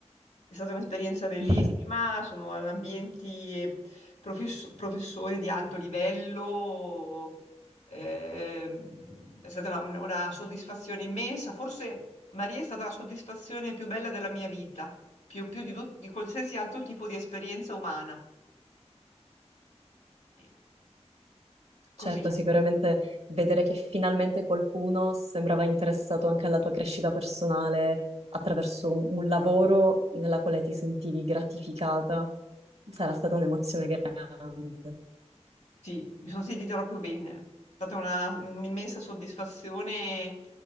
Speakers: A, on the left (about 80°); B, on the right (about 65°).
A: È stata un'esperienza bellissima,
B: <laughs>
A: sono ad ambienti e profess- professori di alto livello, eh, è stata una, una- una soddisfazione immensa. Forse Maria è stata la soddisfazione più bella della mia vita, più, più di, tut- di qualsiasi altro tipo di esperienza umana. E Così,
B: Certo,
A: Certo.
B: sicuramente vedere che finalmente qualcuno sembrava interessato anche alla tua crescita personale attraverso un, un lavoro nella quale ti sentivi gratificata, sarà stata un'emozione grande.
A: sì, mi sono sentita proprio bene. È stata una- un'immensa soddisfazione,